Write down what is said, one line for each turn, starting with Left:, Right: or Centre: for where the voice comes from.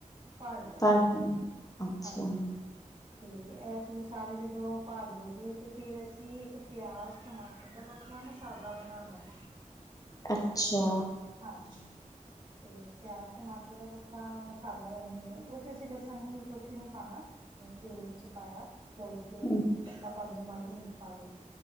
Right: ਭਰ ਲਏ,
Left: ਪਾ ਦੇਣਾ। ਅੱਛਾ
Right: ਹਾਂਜੀ। ਤੇ ਐਹ ਤੁਸੀਂ ਸਾਰੇ ਜਦੋਂ ਭਰ ਲੋ ਗੇ ਤੇ ਫਿਰ ਅਸੀਂ ਇੱਕ ਪਿਆਜ਼, ਟਮਾਟ ਕਹਿੰਦਾ ਵੱਖਰਾ ਮਸਾਲਾ ਬਣਾਣਾ ਏ।
Left: ਅੱਛਾ।
Right: ਹਾਂਜੀ। ਤੇ ਪਿਆਜ਼, ਟਮਾਟਰ ਦਾ ਵੱਖਰਾ ਮਸਾਲਾ <unintelligible> ਉੱਚ ਅਸੀਂ ਲਸਣ ਨੀ ਵੀ ਕੁਛ ਵੀ ਨੀ ਪਾਣਾ। ਮੈਂ ਤੇਲ ਚ ਪਾਇਆ, ਚਾਹੋ ਤੇ ਜਦਾ
Left: ਹੂੰ
Right: ਤੇਲ <unintelligible> ਮਾੜੀ ਹਿੰਗ ਪਾਲੋ।